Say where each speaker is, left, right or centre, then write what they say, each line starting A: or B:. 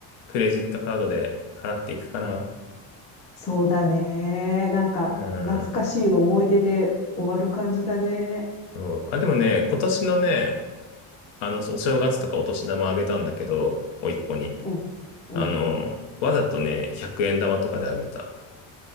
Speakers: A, on the left; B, on the left.
A: クレジットカードで払っていくかな。
B: そうだね。なんか、
A: うん。
B: 懐かしい思い出で終わる感じだね。
A: そう。あ、でもね、今年のね、あの、お正月とかお年玉あげたんだけど、甥っ子に。
B: うん。うん。
A: あの、わざとね、100円玉とかであげた。